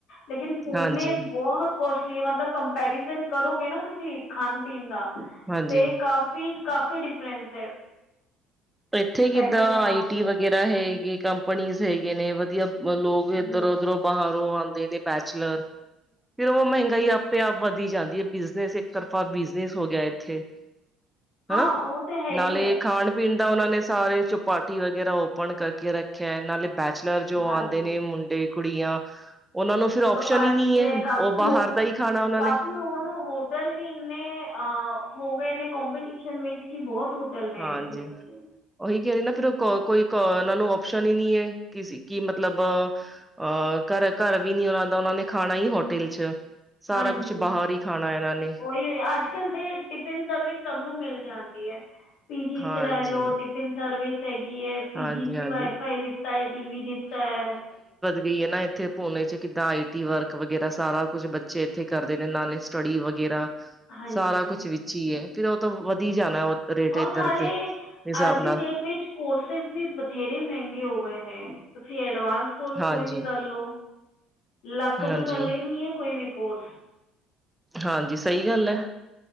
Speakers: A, on the left; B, in the centre.
A: ਲੇਕਿਨ ਫੋਨੇ
B: ਹਾਂਜੀ
A: ਬਹੁਤ ਕੋਸਟਲੀ ਹੈ ਮਤਲਬ ਕੰਪੈਰੀਜ਼ਨ ਕਰੋਗੇ ਨਾ ਤੁਸੀਂ ਖਾਣ ਪੀਣ ਦਾ,
B: ਹਾਂਜੀ
A: ਤੇ ਕਾਫੀ-ਕਾਫੀ ਡਿਫਰੈਂਸ ਹੈ।
B: ਇੱਥੇ
A: ਪੈਸੇ
B: ਕਿੱਦਾਂ
A: ਦੇ
B: ਆਈ
A: ਮਾਮਲੇ
B: ਟੀ ਵਗੈਰਾ ਹੈਗੀ ਕੰਪਨੀ ਹੈਗੇ ਨੇ ਵਧੀਆ। ਲੋਕ
A: 'ਚ
B: ਇੱਧਰ ਉਧਰੋਂ ਬਾਹਰੋਂ ਆਦੇ ਨੇ, ਫਿਰ ਉਹ ਮਹਿੰਗਾਈ ਆਪੇ ਆਪ ਵਧੀ ਜਾਂਦੀ ਹੈ ਬ ਇੱਕ ਤਰਫਾ ਬਿਜਨਸ ਹੋ ਗਿਆ ਇੱਥੇ
A: ਹਾਂ
B: ਹਨਾ
A: ਉਹ ਤਾਂ ਹੈ
B: ਨਾਲੇ
A: ਹੀ ਹੈ
B: ਖਾਣ ਪੀਣ, ਦਾ ਉਹਨਾਂ ਨੇ ਸਾਰੇ ਚਪਾਟੀ ਵਗੈਰਾ ਓਪਨ ਕਰਕੇ ਰੱਖਿਆ ਹੈ ਨਾਲੇ ਬੈਚਲਰ ਜੋ
A: ਹਾਂਜੀ
B: ਆਦੇ ਨੇ ਮੁੰਡੇ, ਕੁੜੀਆਂ, ਉਹਨਾਂ ਨੂੰ ਫਿਰ ਓਪਸ਼ਨ
A: ਪਾਰਟੀ
B: ਹੀ ਨਹੀਂ
A: ਹੈ ਕਾਫੀ,
B: ਉਹ ਬਾਹਰ ਦਾ ਹੀ ਖਾਣਾ ਉਹਨਾਂ
A: ਤਾਂਕੀ
B: ਨੇ
A: ਹੁਣ ਹੋਟਲ ਵੀ ਇੰਨੇ ਅ ਹੋ ਗਏ ਨੇ, ਕਪੀਟੀਸ਼ਨ ਵਿੱਚ ਕਿ ਬਹੁਤ, ਹੋਟਲ ਨੇ
B: ਹਾਂਜੀ
A: ਪੂਨੇ 'ਚ
B: ਉਹੀ ਕਹਦੇ ਨਾ ਫਿਰ ਉਹ ਕੋਈ ਇਹਨਾਂ ਨੂੰ ਓਸ਼ਨ ਹੀ ਨੀ ਹੈ ਕੀ ਸੀ। ਕਿ ਮਤਲਬ ਅਹ ਘਰ ਘਰ ਵੀ ਨੀ ਉਹਨਾਂ ਦਾ ਉਹਨਾਂ ਨੇ ਖਾਣਾ ਹੀ ਹੋਟਲ ਚ, ਸਾਰਾ
A: ਹਾਂਜੀ
B: ਕੁਛ ਬਾਹਰ ਹੀ ਖਾਣਾ, ਇਹਨਾਂ ਨੇ
A: ਉਹੀ ਅੱਜ ਕਲ ਦੇ ਟਿਫਿਨ ਸਰਵਿਸ ਸਭ ਨੂੰ ਮਿਲ ਜਾਂਦੀ ਹੈ। ਪੀਜੀ
B: ਹਾਂਜੀ
A: ਚ ਰਹਿਲੋ ਟਿਫਿਨ ਸਰਵਿਸ। ਹੈਗੀ ਹੈ ਪੀਜੀ
B: ਹਾਂਜੀ
A: ਸੀ
B: ਹਾਂਜੀ
A: ਵਾਈਫਾਈ ਦਿਖਤਾ ਹੈ ਟੀ ਵੀ ਦਿਖਤਾ ਹੈ।
B: ਗਈਏ ਨਾ ਇੱਥੇ ਪੂਨੇ ਚ ਕਿੱਦਾਂ ਆਈ ਟੀ ਵਰਕ ਵਗੈਰਾ ਸਾਰਾ ਕੁਝ ਬੱਚੇ ਇੱਥੇ ਕਰਦੇ ਨੇ ਨਾਲ ਨੇ ਸਟੱਡੀ ਵਗੈਰਾ।
A: ਹਾਂਜੀ
B: ਸਾਰਾ ਕੁਛ ਵਿੱਚ ਹੀ ਹੈ ਫੇਰ ਉਹ ਤਾਂ ਵਧੀ ਜਾਣਾ। ਰੇਟ
A: ਉਹਰ
B: ਇੱਧਰ
A: ਨਾਲੇ
B: ਦੇ ਹਿਸਾਬ
A: ਅੱਜ ਦੀ
B: ਨਾਲ
A: ਡੇਟ ਵਿਚ ਕੋਰਸਿਸ ਵੀ। ਬਥੇਰੇ ਮਹਿੰਗੇ ਹੋ ਗਏ ਨੇ ਤੁਸੀਂ ਐਡਵਾਂਸ ਕੋਰਸ
B: ਹਾਂਜੀ
A: ਕੋਈ ਵੀ ਕਰਲੋ। ਲੱਖ
B: ਹਾਂਜੀ
A: ਤੋਂ ਥੱਲੇ ਨੀ ਹੈ ਕੋਈ ਵੀ ਕੋਰਸ,
B: ਹਾਂਜੀ ਸਹੀ ਗੱਲ ਹੈ,